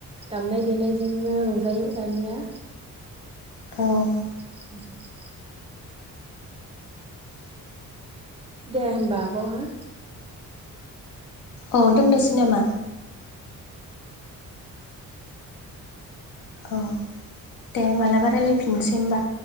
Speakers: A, on the right; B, on the left.
A: दामनाय देनायजोंनो रंजायो दानिया।
B: औ
A: <inaudible> दे होनबा आब' हा
B: औ दोननोसै नामा? औ दे मालाबा रायजलायफिननोसै होनबा।